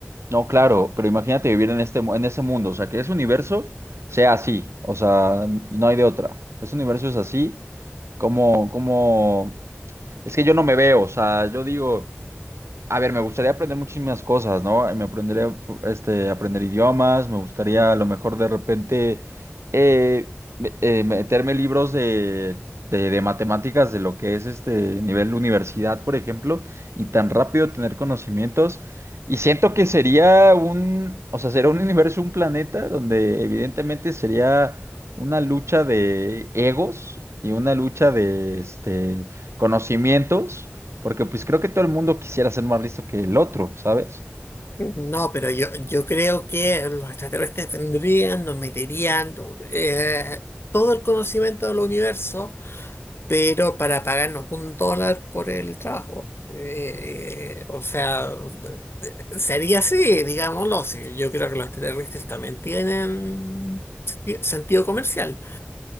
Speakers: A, on the right; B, on the left.
A: No, claro, pero imagínate vivir en este, mu- en ese mundo, o sea, que ese universo sea así, o sea, n- no hay de otra. Ese universo es así, como, como, es que yo no me veo, o sea, yo digo. A ver, me gustaría aprender muchísimas cosas, ¿no? Me aprendería, este, aprender idiomas, me gustaría a lo mejor de repente eh, me- eh, meterme libros de, de, de matemáticas de lo que es este nivel universidad, por ejemplo, y tan rápido tener conocimientos. Y siento que sería un, o sea, sería un universo, un planeta donde evidentemente sería una lucha de egos y una lucha de este, conocimientos. Porque pues creo que todo el mundo quisiera ser más listo que el otro, ¿sabes?
B: No, pero yo, yo creo que los extraterrestres vendrían, nos meterían eh, todo el conocimiento del universo, pero para pagarnos un dólar por el trabajo. Eh, o sea, sería así, digámoslo. sí. Yo creo que los extraterrestres también tienen senti- sentido comercial.